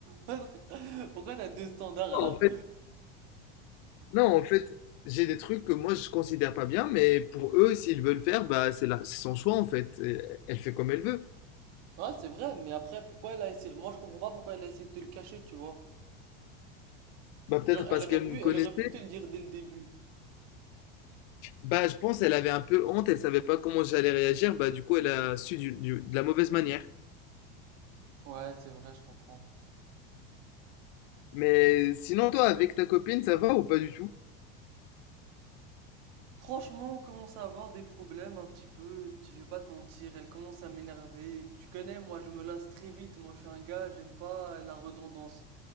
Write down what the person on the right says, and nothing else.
<laughs> Pourquoi t'as deux standards
là?
Ouais, c'est vrai, mais après pourquoi elle a essayé Moi je comprends pas pourquoi elle a essayé de te le cacher, tu vois.
Genre
elle aurait
pu
elle aurait pu te le dire dès le début.
Ouais, c'est vrai, je comprends.
Franchement, on commence à avoir des problèmes un petit peu, tu- je vais pas te mentir, elle commence à m'énerver. Tu connais, moi je me lasse très vite, moi je suis un gars, j'aime pas la redondance.